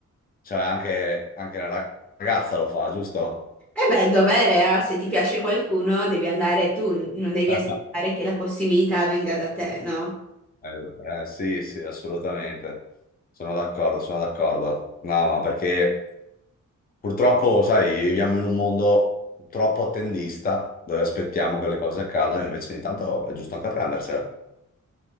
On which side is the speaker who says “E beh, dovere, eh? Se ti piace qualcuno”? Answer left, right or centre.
Centre